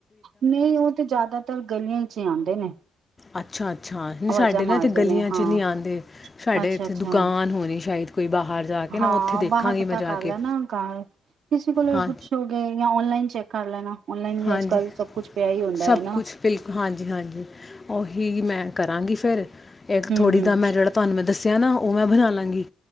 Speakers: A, on the right; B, on the left.
A: ਨਹੀਂ ਉਹ ਤੇ ਜਿਆਦਾਤਰ ਗਲੀਆਂ ਚ ਆਉਂਦੇ ਨੇ
B: ਅੱਛਾ ਅੱਛਾ ਹੁਣ
A: ਆਵਾਜ਼ਾਂ
B: ਸਾਡੇ
A: ਮਾਰਦੇ
B: ਇੱਥੇ ਗੱਲੀਆਂ ਚ
A: ਹਾਂ,
B: ਨੇ ਆਉਂਦੇ ਸਾਡੇ
A: ਅੱਛਾ-ਅੱਛਾ।
B: ਏਥੇ ਦੁਕਾਨ ਹੋਣੀ ਸ਼ਾਇਦ ਕੋਈ ਬਾਹਰ ਜਾ ਕੇ ਨਾ
A: ਹਾਂ
B: ਉੱਥੇ ਦੇਖਾਂਗੀ
A: ਬਾਹਰ ਪਤਾ
B: ਮੈਂ ਜਾ
A: ਕਰ
B: ਕੇ
A: ਲੈਣਾ <unintelligible> ਪਹਿਲਾਂ
B: ਹਾਂ
A: ਪੁੱਛੋ ਗੇ ਜਾਂ ਆਨਲਾਈਨ ਚੈੱਕ ਕਰ ਲੈਣਾ। ਔਨਲਾਈਨ ਵੀ
B: ਹਾਂਜੀ
A: ਅੱਜ-ਕੱਲ ਸਭ ਕੁਛ ਪਿਆ ਈ ਹੁੰਦਾ
B: ਸਭ
A: ਐ ਨਾ।
B: ਕੁਛ ਬਿਲ ਹਾਂਜੀ ਹਾਂਜੀ ਓਹੀ ਮੇ ਕਰਾਂਗੀ ਫਿਰ ਇਕ
A: ਹੂੰ-ਹੂੰ,
B: ਥੋੜੀ ਤਾਂ
A: ਹੂੰ-ਹੂੰ,
B: ਮੈਂ <unintelligible> ਹਨਾਂ ਉਹ ਮ ਬਣਾ ਲਾ ਗੀ